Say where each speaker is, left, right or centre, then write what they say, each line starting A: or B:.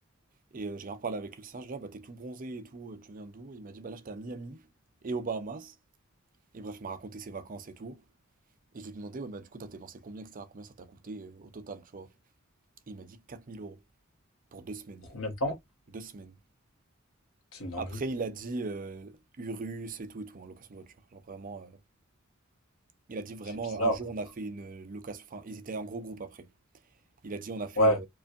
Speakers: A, on the right; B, on the left.
A: et euh, j'ai grave avec lui, ça, je dis ah, bah t'es tout bronzé et tout, euh, tu viens d'où? Il m'a dit, bah là, j'étais à Miami et aux Bahamas. Et bref, il m'a raconté ses vacances et tout. Et je lui demandais, ouais, bah du coup, t'as dépensé combien, etc. Combien ça t'a coûté euh, au total, tu vois. Et il m'a dit 4000 euros pour deux semaines.
B: Pour combien de temps?
A: Deux semaines.
B: C'est une dinguerie.
A: Après, il a dit euh, Urus et tout et tout, en location de voiture. Genre vraiment, euh, il a dit vraiment,
B: C'est bizarre.
A: un jour, on a fait une location. Enfin, ils étaient en gros groupe après. Il a dit, on a fait,
B: Ouais.
A: euh,
B: Ouais,